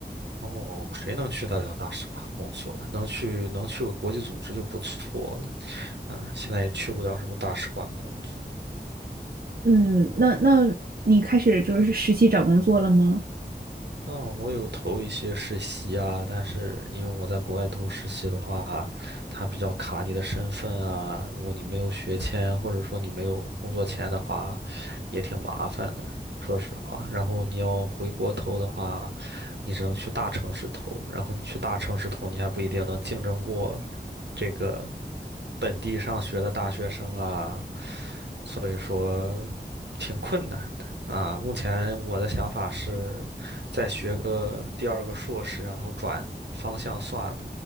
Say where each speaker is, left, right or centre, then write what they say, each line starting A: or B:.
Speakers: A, on the right; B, on the right.
A: 哦，谁能去得了大使馆工作呢？能去能去个国际组织就不错了啊！现在也去不了什么大使馆工作。
B: 嗯，那那你开始就是实习找工作了吗？
A: 嗯，我有投一些实习啊，但是因为我在国外投实习的话，它比较卡你的身份啊。如果你没有学签，或者说你没有工作签的话，也挺麻烦的，说实话。然后你要回国投的话，你只能去大城市投，然后你去大城市投，你还不一定能竞争过这个本地上学的大学生啊，所以说挺困难的啊。目前我的想法是。再学个第二个硕士，然后转方向算了，